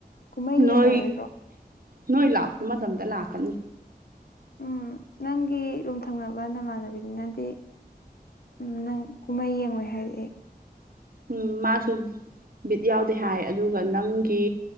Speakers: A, on the left (about 65°); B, on the right (about 60°).
A: ꯀꯨꯝꯍꯩ
B: ꯅꯣꯏ
A: ꯌꯦꯡꯉꯔꯣꯏꯗ꯭ꯔꯣ
B: ꯅꯣꯏ ꯂꯥꯛꯄ ꯃꯇꯝꯗ ꯂꯥꯛꯀꯅꯤ
A: ꯎꯝ ꯅꯪꯒꯤ ꯔꯨꯝ ꯊꯪꯅꯕ ꯅꯃꯥꯟꯅꯕꯤꯅꯤꯅꯗꯤ ꯎꯝ ꯅꯪ ꯀꯨꯝꯍꯩ ꯌꯦꯡꯉꯣꯏ ꯍꯥꯏꯔꯛꯑꯦ
B: ꯎꯝ ꯃꯥꯁꯨ ꯕꯤꯠ ꯌꯥꯎꯗꯦ ꯍꯥꯏ ꯑꯗꯨꯒ ꯅꯪꯒꯤ